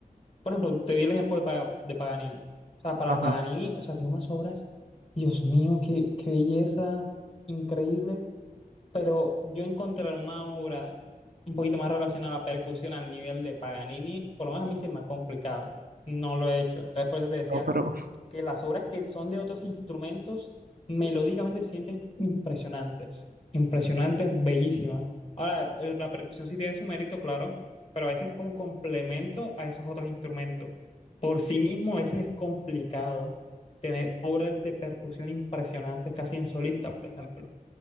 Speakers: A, on the left (about 40°); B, on the right (about 80°).
A: Por ejemplo, te di el ejemplo de, Pa- de Paganini. O sea, para
B: Ajá,
A: Paganini, o sea, tiene unas obras, Dios mío, qué, qué belleza, increíbles. Pero yo encontrar una obra un poquito más relacionada a la percusión al nivel de Paganini, por lo menos a mí se me ha complicado. No lo he hecho. Entonces, por eso te decía
B: no, pero
A: que las obras que son de otros instrumentos melódicamente se sienten impresionantes, impresionantes, bellísimas. Ahora, el- la percusión sí tiene su mérito, claro, pero a veces como complemento a esos otros instrumentos. Por sí mismo, a veces es complicado tener obras de percusión impresionantes casi en solista, por ejemplo.